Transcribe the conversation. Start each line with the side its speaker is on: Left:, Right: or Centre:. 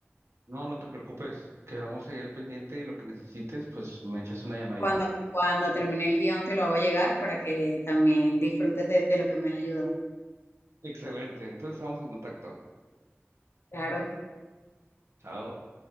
Right: No, no te preocupes. Quedamos ahí al pendiente y lo que necesites, pues me echas una llamadita.
Left: Cuando, cuando termine el guión te lo hago llegar para que también disfrutes de, de lo que me has ayudado.
Right: Excelente. Entonces estamos en contacto.
Left: Claro.
Right: Chao.